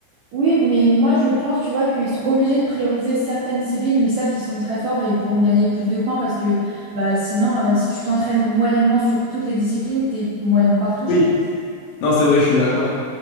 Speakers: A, on the right; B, on the left.
A: Oui, mais moi je pense, tu vois, qu'ils sont obligés de prioriser certaines disciplines où ils savent qu'ils sont très forts et ils pourront gagner plus de points parce que bah sinon, euh, si tu t'entraînes moyennement sur toutes les disciplines, t'es moyen de partout, je
B: Oui.
A: pense.
B: Non, c'est vrai, je suis d'accord.